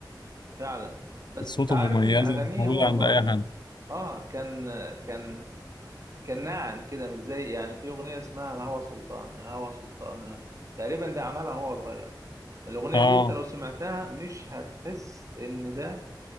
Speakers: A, on the right (about 45°); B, on the left (about 70°).
A: فعلا بس
B: صوته
A: انت عارف
B: مميزة
A: ان اغانيه
B: مش موجودة
A: هو
B: عند
A: صغير
B: أي حد
A: اه كان كان كان ناعم كده مش زي يعني في اغنيه اسمها الهوى سلطان الهوى سلطان لا. تقريبا ده عملها وهو صغير الاغنيه
B: اه
A: دي انت لو سمعتها مش هتحس ان ده